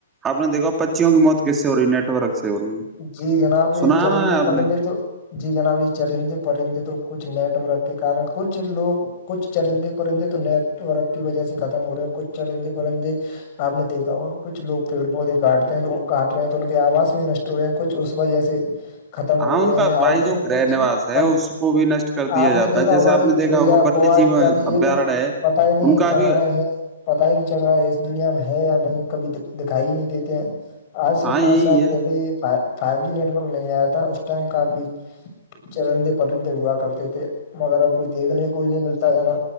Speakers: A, on the right (about 15°); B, on the left (about 40°).
A: آ نے دیکھا پ بچیوں کی موتس سے ہو رہی نیٹ ورک سے ہو رہی ہے
B: جی جناب یہ
A: سنا
B: چرندے
A: نا آپ
B: پرندے
A: نے
B: تو جی جناب یہ چرندے پرندے تو کچھ نیٹ ورک کے کار کچھ لوگ کچھ چرندے پرندے تو نیٹ ورک کی وجہ سے ختم ہو رہے ہیں کچھ چرندے پرندے آپ نے دیکھا ہو کچھ لو پیڑ پودے کاٹتے ہیں کاٹ رہے ہیں تو ان کے آواز بھی ن اسٹو کچ اس وجہ سے ختم
A: ہاں
B: ہو
A: ان
B: رہئے
A: کا
B: ہیں آئے
A: بھائی
B: دن
A: جو
B: کچھ
A: گرہ نواس ہے
B: پر
A: اس کو بھی نشٹ کر دیا
B: آپ
A: جاتا
B: نے دیکھا
A: ہے جیسے
B: ہوگا
A: آپ
B: یہ
A: نے دیکھا
B: چڑیا
A: ہوگا
B: کووا
A: ون جیو
B: اتیاد یہ
A: ابھیارن
B: تو
A: ہے ان
B: پتا ہی نہیں
A: کا
B: کہاں
A: بھی
B: ہے پتا ہی نہیں چل رہا ہے اس دنیا میں ہے یا نہیں کبھی دکھائی ہی نہیں دیتے آج سے
A: ہاں
B: پانچ
A: یہی
B: سال
A: ہے
B: پہلے یہ فائیو جی نیٹ ورک نہیں آیا تھا اس ٹائم کافی چرندے پرندے ہوا کرتے تھے مگر اب کوئی دیکھنے کوئی نہیں ملتا ہے نا